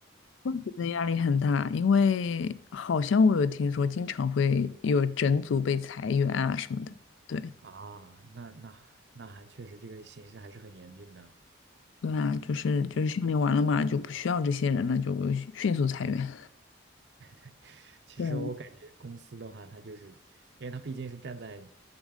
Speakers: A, on the left; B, on the right.
A: 我觉得压力很大，因为好像我有听说经常会有整组被裁员啊什么的。对。
B: 啊，那那那还确实这个形势还是很严峻的。
A: 对啊，就是就是训练完了嘛，就不需要这些人了，就迅迅速裁员。
B: <laughs> 其实我感觉公司的话，
A: 对，
B: 它就是，因为它毕竟是站在